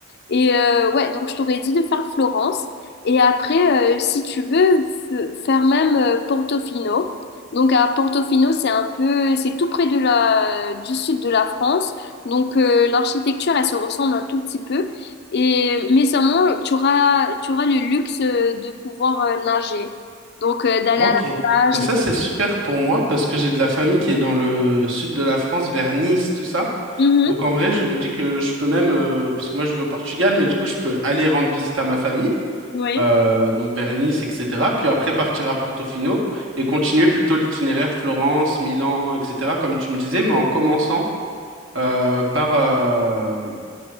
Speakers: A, on the left; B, on the right.
A: Et euh, ouais, donc je t'aurais dit de faire Florence. Et après, euh, si tu veux, f- faire même euh, Portofino. Donc à Portofino, c'est un peu, c'est tout près de la, du sud de la France. Donc euh, l'architecture, elle se ressemble un tout petit peu. Et, mais seulement, tu auras, tu auras le luxe euh, de pouvoir euh, nager. Donc euh, d'aller
B: Ok,
A: à la plage.
B: bah ça
A: Et...
B: c'est super pour moi parce que j'ai de la famille qui est dans le sud de la France, vers Nice, tout ça.
A: Mhm,
B: Donc en vrai, je me dis que je peux même, euh, parce que moi je vis au Portugal, mais du coup je peux aller rendre visite à ma famille,
A: oui.
B: euh, donc vers Nice, etc. Puis après partir à Portofino et continuer plutôt l'itinéraire Florence, Milan, etc. Comme tu me disais, mais en commençant euh, par, euh,